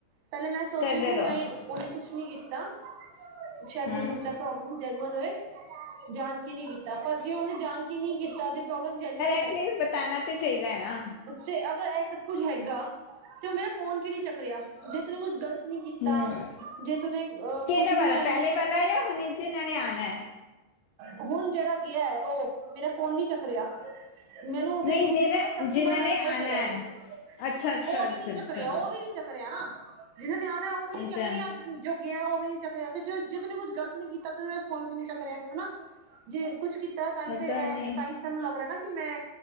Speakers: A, on the right; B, on the left.
A: ਪੈਲੇ ਮੈਂ ਸੋਚ
B: ਕਰਦੇ
A: ਰਹੀ ਸੀ
B: ਰਹੋ।
A: ਨਹੀਂ ਉਹਨੇ ਕੁਛ ਨੀ ਕੀਤਾ। ਸ਼ਾਇਦ
B: ਹਮ
A: ਹੋ ਸਕਦੈ ਪ੍ਰੋਬਲਮ ਜੈਨੂਅਨ ਹੋਏ। ਜਾਣ ਕੇ ਨੀ ਕੀਤਾ ਪਰ ਜੇ ਉਹਨੇ ਜਾਣ ਕੇ ਨੀ ਕੀਤਾ ਤੇ ਪ੍ਰੋਬਲਮ ਜੈਨੂਅ।
B: ਪਲੀਜ਼ ਬਤਾਨਾ ਤੇ ਚਾਹੀਦੈ ਨਾ।
A: ਤੇ ਅਗਰ ਇਹ ਸਭ ਕੁੱਝ ਹੈਗਾ। ਤੇ ਉਹ ਮੇਰਾ ਫੋਨ ਕਿਉ ਨੀ ਚੱਕ ਰਿਆ ਜੇ ਤੂੰਨੇ ਕੁੱਝ ਗਲਤ। ਨੀ ਕੀਤਾ
B: ਹਮ
A: ਜੇ ਤੂੰਨੇ ਅ
B: ਕਿਹੜਾ
A: ਕੁਛ
B: ਵਾਲਾ
A: ਵੀ ਐਵੇਂ।
B: ਪਹਿਲੇ ਵਾਲਾ ਜਾਂ ਹੁਣੇ ਜਿਨਾਂ ਨੇ ਆਉਣਾ ਹੈ?
A: ਹੁਣ ਜਿਹੜਾ ਗਿਐ ਉਹ ਮੇਰਾ ਫੋਨ ਨੀ ਚੱਕ ਰਿਹਾ। ਮੈਨੂੰ ਉਹਦੇ
B: ਨਹੀਂ
A: ਉਹਦੇ
B: ਜਿਹੜਾ
A: ਕੋਲੋਂ ਕਸਟਮਰ
B: ਜਿਨਾਂ
A: ਦਾ
B: ਨੇ
A: ਨੰਬਰ
B: ਆਉਣਾ
A: ਚਾਹੀਦਾ ਸੀ।
B: ਹੈ। ਅੱਛਾ। ਅੱਛਾ
A: ਉਹ
B: ਅੱਛਾ
A: ਵੀ ਨੀ ਚੱਕ
B: ਅੱਛਾ
A: ਰਿਹਾ, ਉਹ ਵੀ ਨੀ ਚੱਕ ਰਿਹਾ ਨਾ। ਜਿਹਨਾਂ ਨੇ ਆਨਾ ਉਹ ਵੀ ਨੀ
B: ਅੱਛਾ
A: ਚੱਕ ਰਿਹਾ। ਜੋ ਗਿਐ ਉਹ ਵੀ ਨੀ ਚੱਕ ਰਿਹਾ ਤੇ ਜਦ ਉਹਨੇ ਕੁਛ ਗਲਤ ਨਹੀਂ ਕੀਤਾ ਤੇ ਉਹਨ ਫੋਨ ਕਿਉਂ ਨੀ ਚੱਕ ਰਿਆ ਹੈਨਾ? ਜੇ ਕੁੱਛ ਕੀਤਾ, ਤਾਂਹੀ
B: ਪਤਾ
A: ਤੇ ਏਹ
B: ਨੀ।
A: ਤਾਂਹੀ ਤੈਨੂੰ ਲੱਗ ਰਿਹਾ ਨਾ ਕਿ ਮੈਂ